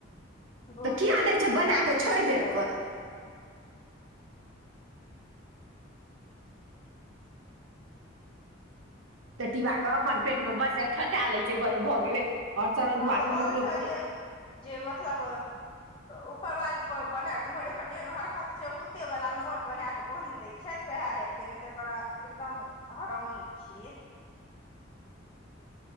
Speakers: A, on the left (about 25°); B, on the right (about 80°).
A: भोर
B: तऽ
A: से
B: किया
A: किछो
B: दैत
A: नहि
B: छै
A: खाना
B: बना
A: आबि
B: कऽ
A: खिचड़ी
B: छोइर देल
A: बनेलहुँ
B: करत पेटिबा के अपन पेट मे बचर खसा लै छै बस भऽ गेलै ओर चरदुआ
A: हम तऽ
B: के
A: कहै
B: ककरो
A: छलियै जे मतलब ऊपर बाल बना जेहन एकर हरकत छै कुत्ते वला नहथ बना क बान्हि देै छै सएह हेतै नहि तऽ एकरा एकदम हरामी छियै